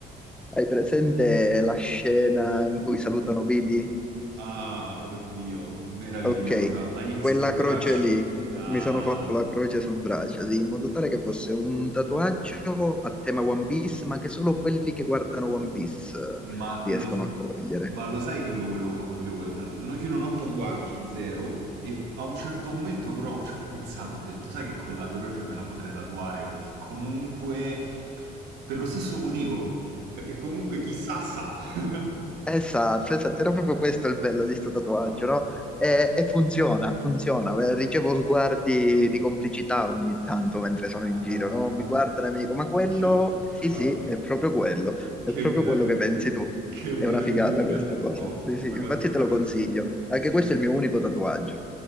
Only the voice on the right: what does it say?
<laughs>
Ah, oddio, meravigliosa,
la X
sul braccio.
Ah,
ma,
lo,
ma lo sai che lo volevo fare pure io quel tatuaggio? No, io non ho tatuaggi, zero. E a un certo momento però ci ho pensato, ho detto, sai che quella croce me la potrei tatuare perché comunque... Per lo stesso motivo, perché comunque chissà sa. <laughs>
ma...
ah,
che... <laughs>
ah.
Che
meraviglia,
che meraviglia.
No,
vabbè,
sta cosa,
sta
cosa.
Sì,
sì.
sì.